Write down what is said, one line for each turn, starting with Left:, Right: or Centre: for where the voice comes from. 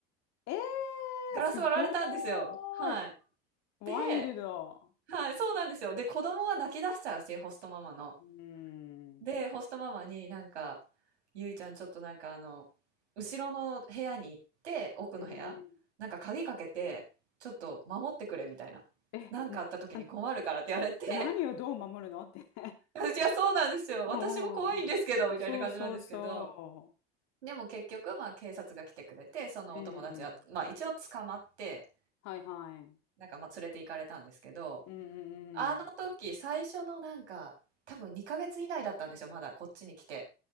Left: い。え
Right: ガラス割られたんですよ。
Left: ー、すごーい。
Right: はい。
Left: ワイルド。
Right: で、はい、そうなんですよ。で、子供は泣き出しちゃうし、ホストママの。
Left: うん。
Right: で、ホストママになんか、ゆいちゃんちょっとなんかあの、後ろの部屋に行って、奥の部屋、
Left: うんうん。
Right: なんか鍵かけて、ちょっと守ってくれみたいな。
Left: え、
Right: なんかあった時に困るからって言われて、
Left: な、<laughs> あの何をどう守るのって <laughs>
Right: <laughs> 私はそうなんですよ。
Left: うん。
Right: 私も怖いんですけど、みたいな感じなんですけど。
Left: そうそうそ
Right: でも結局、まあ警察が来てくれて、そのお友達は、
Left: う。うん。
Right: まあ一応捕まって、
Left: はいはい。うん
Right: なんかまあ連れて行かれたんですけど、
Left: うんうん。
Right: あの時最初のなんか、多分2ヶ月以内だったんですよ、まだこっちに来て。